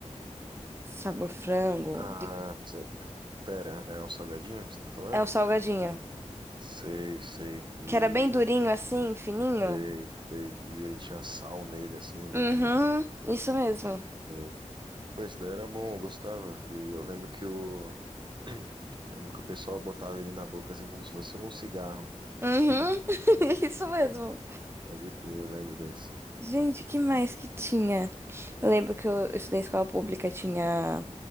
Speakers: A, on the right; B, on the right.
A: sabor frango.
B: Ah, cê- pera, é um salgadinho que você tá falando?
A: É o salgadinho.
B: Sei, sei. E
A: Que era bem durinho assim, fininho.
B: Sei, sei. E ele tinha sal nele, assim, né?
A: Uhum,
B: No...
A: isso mesmo.
B: Sei. Pô, esse daí era bom, eu gostava. E eu lembro que o... <clears throat> lembro que o pessoal botava ele na boca, assim, como se fosse um cigarro.
A: Uhum,
B: <laughs>
A: <laughs> isso mesmo.
B: Pode crer, eu lembro desse.
A: Gente, que mais que tinha? Eu lembro que eu estudei em escola pública, e tinha